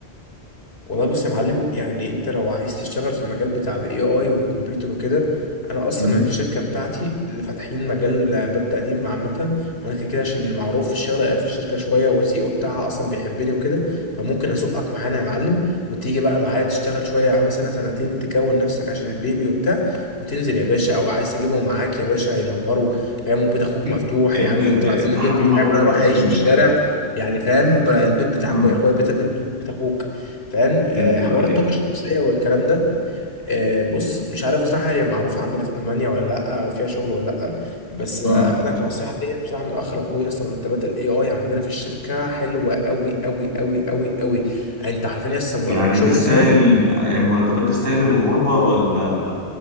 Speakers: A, on the left; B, on the right.
A: والله بص يا معلم يعني انت لو عايز تشتغل في المجال بتاع الاي اي والكمبيوتر وكده انا اصلا
B: مم.
A: الشركه بتاعتي اللي فاتحين مجال باب تقديم عامه وانا كده كده عشان معروف في الشغل في الشركه شويه والسي او بتاعها اصلا بيحبني وكده فممكن ازقك معانا يا معلم وتيجي بقى معايا تشتغل شويه يا عم سنه سنتين تكون نفسك عشان البيبي وبتاع وتنزل يا باشا او عايز تجيبهم معاك يا باشا ينوروا فاهم وبيت اخوك
B: <laughs>
A: مفتوح
B: يا
A: يا
B: ابني
A: عم انتوا
B: أنت أنت
A: لو عايزين البيت
B: حبيب
A: بتاعي
B: أخوك
A: وانا اروح
B: أقسم
A: اعيش في
B: بالله
A: الشارع يعني فاهم البيت بتاعكوا
B: امم
A: يا اخويا بيت بيت بيت اخوك فاهم آه،
B: أيوه
A: حوار
B: أيوه
A: الطاقة الشمسية والكلام ده آه، بص مش عارف بصراحة هي معروفة عندنا في ألمانيا ولا لأ أو فيها شغل ولا لأ بس
B: امم
A: آه، أنا كنصيحة ليا بصراحة من أخ لأخويا أصلا مرتبات ال AI عندنا في الشركة حلوة أوي أوي أوي أوي أوي يعني أنت عارفين لسه
B: يعني
A: شغل
B: تستاهل
A: سنة
B: يعني مرتبات تستاهل الغربة ولا